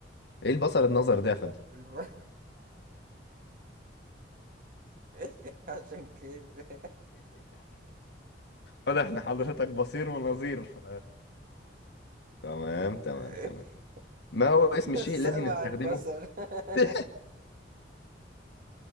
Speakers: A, on the left; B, on the right.
A: ايه البصر النظر ده يا فندم؟
B: الب... <laughs> عشان كده
A: واضح احنا حضرتك بصير ونظير ف... تمام تمام
B: <laughs>
A: تمام ما هو اسم
B: <laughs>
A: الشيء
B: السمع
A: الذي نستخدمه؟
B: البصر <laughs>
A: <laughs>